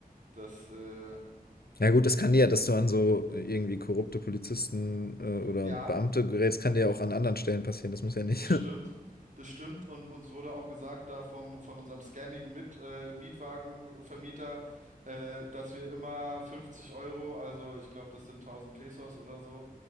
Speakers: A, on the right; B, on the left.
A: das, äh,
B: Na gut, das kann dir ja, dass du an so äh, irgendwie korrupte Polizisten äh, oder
A: ja,
B: Beamte gerätst, kann dir ja auch an anderen Stellen passieren. Das muss ja nicht.
A: das stimmt. Das stimmt. Und uns wurde auch gesagt da vom, von unserem scammigen Mit, äh, Mietwagenvermieter, äh, dass wir immer 50 Euro, also ich glaube, das sind 1000 Pesos oder so,